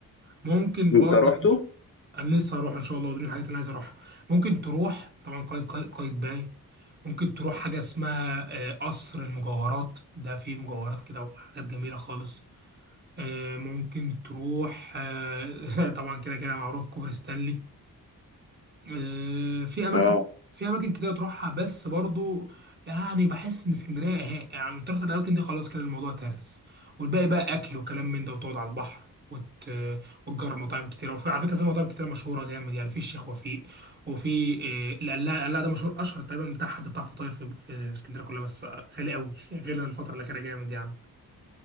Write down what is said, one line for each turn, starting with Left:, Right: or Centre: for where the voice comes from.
Right: ممكن
Left: انت
Right: برضو
Left: رحته
Right: انا لسه هروح ان شاء الله ودي من الحاجات اللي انا عايز اروحها ممكن تروح طبعا قايد قايد, قايد باي ممكن تروح حاجه اسمها آه، قصر المجوهرات ده فيه مجوهرات كده وحاجات جميله خالص آه، ممكن تروح آه، <laughs> طبعا كده كده معروف كوبري ستانلي آه، في اماكن
Left: اه
Right: في اماكن كتير تروحها بس برضو يعني بحس ان اسكندريه إيه، يعني تروح الاماكن دي خلاص كده الموضوع ترس والباقي بقى اكل وكلام من ده وتقعد على البحر وت... وتجرب مطاعم كتيره وفي على فكره في مطاعم كتيره مشهوره جامد يعني في الشيخ وفيق وفي آه، القلاع القلاع ده مشهور اشهر تقريبا بتاع حد بتاع فطاير في في اسكندريه كلها بس غالي قوي <laughs> غير الفتره الاخيره جامد يعني